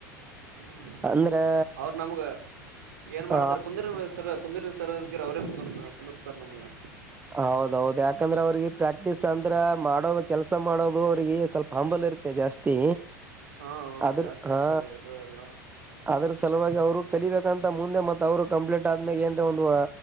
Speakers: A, on the right; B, on the right.
A: ಹ್ಮ್
B: ಅಂದ್ರೆ
A: ಅವರು ನಮ್ಗ ಏನ್ ಮಾಡ್ತಾರ
B: ಹ
A: ಕುಂದ್ರಸರ್ ಕುಂದಿರ್ತರ್ ಅಂತಕಿ ಅವ್ರೇ ಕುಿರ್ತ ಕುಂದಿರ್ತರ್ ನಮ್ಗೆ
B: ಹೌದೌದು ಯಾಕಂದ್ರೆ ಅವ್ರಿಗೆ ಪ್ರಾಕ್ಟೀಸ್ ಅಂದ್ರ ಮಾಡ ಮಾಡ ಕೆಲಸ ಮಾಡೋದು ಅವ್ರರಿಗೆ ಸ್ವಲ್ಪ ಹಂಬಲ್ ಇರುತ್ತೆ ಜಾಸ್ತಿ
A: ಹಾ
B: ಅದ್ರ
A: ಜಾಸ್ತಿ
B: ಹಾ
A: ಅಂಬದ ಇರ್ತದಲ್ಲ
B: ಅದ್ರ ಸಲುವಾಗಿ ಅವರು ಕಲಿಬೇಕಂತ ಮುಂದೆ ಮತ್ತತ್ ಅವ್ರು ಕಂಪ್ಲೀಟ್ ಆದ್ಮೇಾಗ ಏನ್ರ ಒಂದು